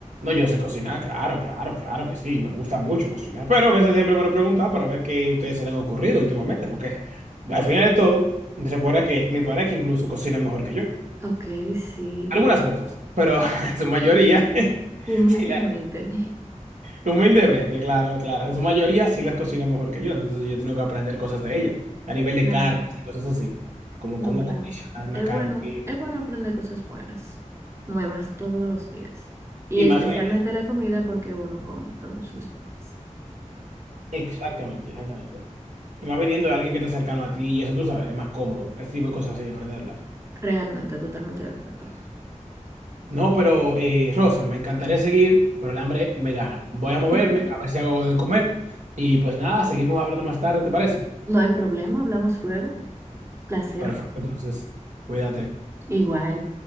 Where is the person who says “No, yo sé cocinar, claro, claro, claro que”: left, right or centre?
Right